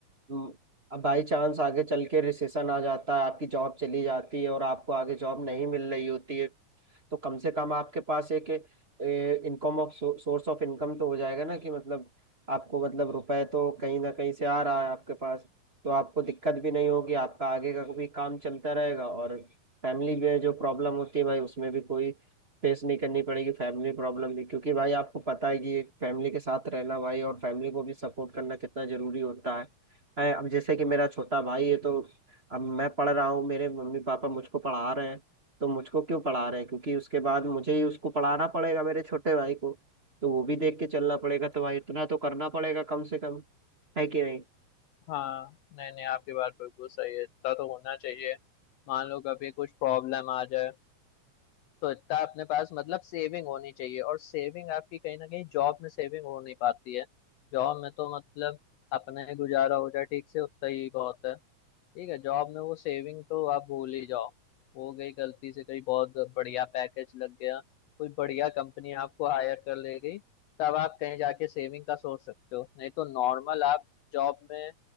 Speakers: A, on the right; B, on the left.
A: म, अब बाई चांस आगे चल के रिसेशन आ जाता है आपकी जॉब चली जाती है और आपको आगे जॉब नहीं मिल रही होती है तो कम से कम आपके पास एक income of source of income तो हो जाएगा ना कि मतलब आपको मतलब रुपए तो कहीं ना कहीं से आ रहा है आपके पास तो आपको दिक्कत भी नहीं होगी आपका आगे का भी काम चलता रहेगा और फैमिली में जो प्रॉब्लम होती है भाई उसमें भी कोई फेस नहीं करनी पड़ेगी फैमिली प्रॉब्लम भी क्योंकि भाई आपको पता है कि फैमिली के साथ रहना भाई और फैमिली को भी सपोर्ट करना कितना जरूरी होता है है, अब जैसे कि मेरा छोटा भाई है तो अब मैं पढ़ रहा हूँ मेरे मम्मी पापा मुझको पढ़ा रहे हैं तो मुझको क्यों पढ़ा रहे हैं क्योंकि उसके बाद मुझे ही उसको पढ़ाना पड़ेगा मेरे छोटे भाई को तो वो भी देख के चलना पड़ेगा तो भाई इतना तो करना पड़ेगा कम से कम है कि नहीं
B: हाँ नहीं नहीं आपकी बात बिल्कुल सही है इतना तो होना चाहिए मान लो कभी कुछ प्रॉब्लम आ जाए तो इतना अपने पास मतलब सेविंग होनी चाहिए और सेविंग आपकी कहीं ना कहीं जॉब में सेविंग हो नहीं पाती है जॉब में तो मतलब अपना ही गुजारा हो जाए ठीक से उतना ही बहुत है ठीक है जॉब में वो सेविंग तो आप भूल ही जाओ हो गई गलती से कहीं बहुत बढ़िया पैकेज लग गया कोई बढ़िया कंपनी आपको हायर कर ले गई तब आप कहीं जाके सेविंग का सोच सकते हो नहीं तो नॉर्मल आप जॉब में